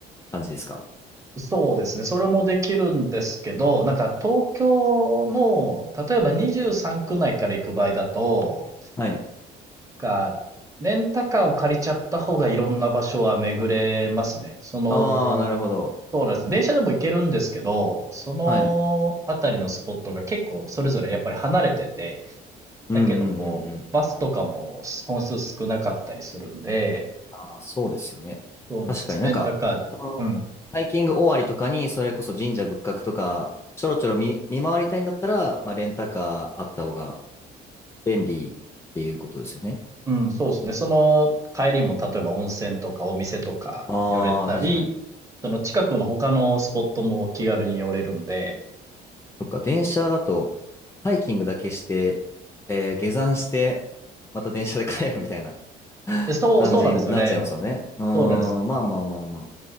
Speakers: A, on the left; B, on the right.
A: 感じですか
B: そうですね。それもできるんですけど、なんか東京の、例えば23区内から行く場合だと、
A: はい。
B: なんか、レンタカーを借りちゃった方がいろんな場所は巡れますね。その、
A: ああ、なるほど。
B: そうなんです。電車でも行けるんですけど、そのあたりのスポットが結構それぞれやっぱり離れてて、
A: はい。うんうんうんうん。
B: だけどこう、バスとかも本数少なかったりするんで、
A: あ、そうですよね。
B: そうなんです。
A: 確かになんか、
B: レンタカーで、
A: そのハイキング終わりとかに、
B: うん、
A: それこそ神社仏閣とか、ちょろちょろ見、見回りたいんだったら、まあ、レンタカーあった方が便利っていうことですよね。
B: うん、そうですね。その帰りも例えば温泉とかお店とか寄れたり、
A: ああ、確かに。
B: その近くの他のスポットも気軽に寄れるんで、
A: そっか、電車だと、ハイキングだけして、えー下山して、また電車で帰るみたいな <laughs>
B: で、そう、
A: 感じになっちゃいますよね。
B: そうなんですよね。
A: うーん、
B: そうなんです。
A: まあまあまあまあ。